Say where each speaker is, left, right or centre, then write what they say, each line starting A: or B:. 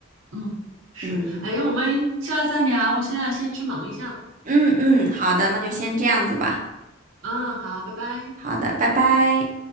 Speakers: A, on the right (about 80°); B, on the right (about 40°).
A: 嗯，是。
B: 嗯
A: 哎，我们下次再聊，我现在先去忙一下。
B: 嗯嗯，好的，那就先这样子吧。
A: 嗯，好，拜拜。
B: 好的，拜拜。